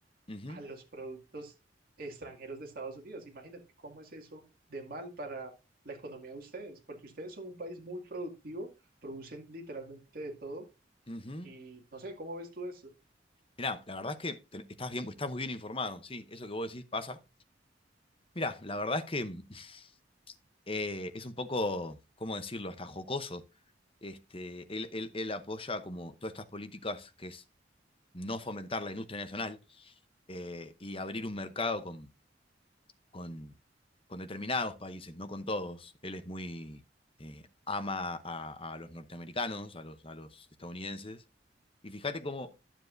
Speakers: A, on the left; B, on the right.
A: ujú,
B: a los productos extranjeros de Estados Unidos. Imagínate cómo es eso de mal para la economía de ustedes, porque ustedes son un país muy productivo, producen literalmente de todo
A: ujú.
B: y no sé, ¿cómo ves tú eso?
A: Mirá, la verdad es que te- estás bien, estás muy bien informado, sí, eso que vos decís pasa. Mirá, la verdad es que <laughs> eh, es un poco, ¿cómo decirlo?, hasta jocoso. Este, él, él, él apoya como todas estas políticas que es no fomentar la industria nacional eh, y abrir un mercado con con, con determinados países, no con todos. Él es muy, eh, ama a, a, los norteamericanos, a los, a los estadounidenses. Y fíjate cómo